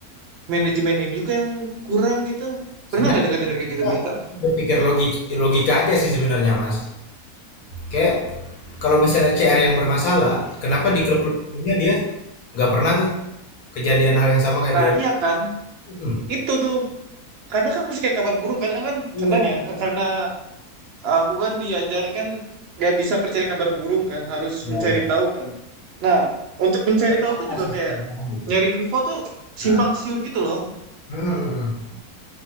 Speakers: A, on the right (about 60°); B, on the left (about 65°).
A: manajemen MU kah yang kurang gitu?
B: sebenarnya
A: Pernah nggak dengar-dengar
B: kita
A: kayak gitu berita?
B: berpikir logik logika aja sih sebenarnya Mas. Kayak kalau misalnya CR yang bermasalah, kenapa di klub-klub sebelumnya dia nggak pernah tuh kejadian hal yang sama kayak
A: Nah,
B: di
A: iya kan?
B: mhm.
A: Itu tuh. Karena kan masih kayak kabar burung. Kadang kan,
B: Iya.
A: contohnya, karena aku kan diajarin kan gak bisa percaya kabar burung kan harus
B: Iya
A: mencari
B: iya.
A: tahu kan nah untuk mencari
B: Inovasi
A: tahu tuh juga kayak
B: sekarang orang gitu.
A: nyari info tuh simpang
B: Ah,
A: siur gitu loh
B: hmm, hmm.